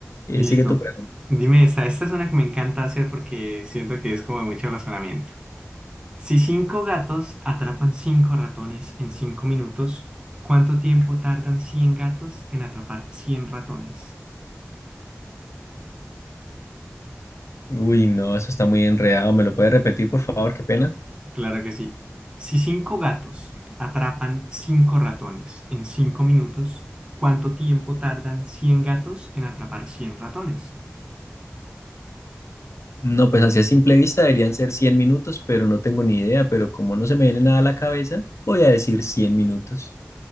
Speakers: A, on the left; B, on the right.
A: Eh,
B: Listo.
A: sigue tu pregunta.
B: Dime esta. Esta es una que me encanta hacer porque siento que es como de mucho razonamiento. Si cinco gatos atrapan cinco ratones en cinco minutos, ¿cuánto tiempo tardan cien gatos en atrapar 100 ratones?
A: Uy, no, eso está muy enredado. ¿Me lo puedes repetir, por favor? Qué pena.
B: Claro que sí. Si cinco gatos atrapan cinco ratones en cinco minutos, ¿cuánto tiempo tardan 100 gatos en atrapar 100 ratones?
A: No, pues así a simple vista deberían ser 100 minutos, pero no tengo ni idea. Pero como no se me viene nada a la cabeza, voy a decir cien minutos.